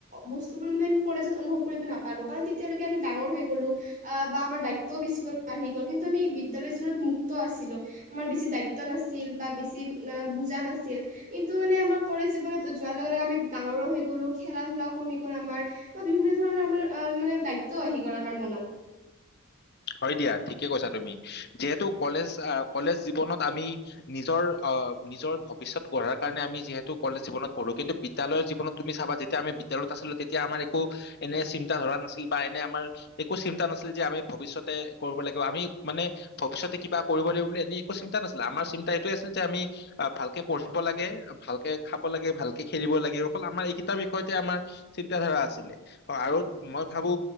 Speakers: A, on the right; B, on the left.
A: বস্তুবোৰ মানে কলেজত অনুভৱ কৰিবি নো নেপালো কাৰণ তেতিয়ালৈকে আমি ডাঙৰ হৈ গলো বা আমাৰ দায়িত্ব বেছিকৈ গল কিন্তু আমি বিদ্যালয় মুক্ত আছিলো আমাৰ বেছি দায়িত্ব নাছিল বা বেছি বুজা নাছিল কিন্তু মানে আমাৰ কলেজ‌ জীৱনত যোৱাৰ লগে লগে আমি ডাঙৰো হৈ গ'লো খেলা ধূলাও কমি গ'ল আমাৰ বা বিভিন্ন ধৰণৰ আমাৰ অহ মানে দায়িত্বও আহি গ'ল আমাৰ মনত
B: হয় দিয়া ঠিকে কৈছা তুমি যিহেতু কলেজ কলেজ জীৱনত আমি নিজৰ অ নিজৰ ভৱিষ্যতঢ়াৰ কাৰণে আমি যিহেতু কলেজ জীৱনত পঢ়ো কিন্তু বিদ্যালয়ৰ জীৱনত তুমি চাবা যেতিয়া আমি বিদ্যা বিদ্যালয়লত আছিলো তেতিয়া আমাৰ একো এনে চিন্তা ধৰা নাছিল বা এনে আমাৰ একো চিন্তা নাছিল যে আমি ভৱিষ্যত তে কৰিব লাগিব আমি মানে ভৱিষ্যতে কিব কৰিব লাগিব বুলি এনে একো চিন্তা নাছিলে আমাৰ চিন্তা এইটোয়ে আছিল যে আমি অহ ভালকে পঢ়িব লাগে ভাল কে খাব লাগে ভাল খেলিব লাগে অকল আমাৰ এইকেইটাৰ বিষয়তে আমাৰ চিন্ত ধাৰা আছিলে অ আৰু মই ভাবো